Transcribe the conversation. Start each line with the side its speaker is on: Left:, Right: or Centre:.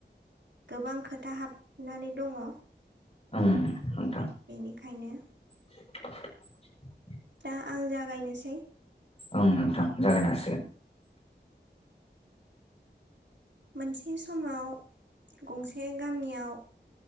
Right: गोबां खोथा हाबनानै दङष
Left: उम नोंथां
Right: बेनिखायनो
Left: <inaudible>
Right: दा आं जागायनोसै
Left: ओं नोंथां जागायनो हासिगोन।
Right: मोनसे समाव गंसे गामियाव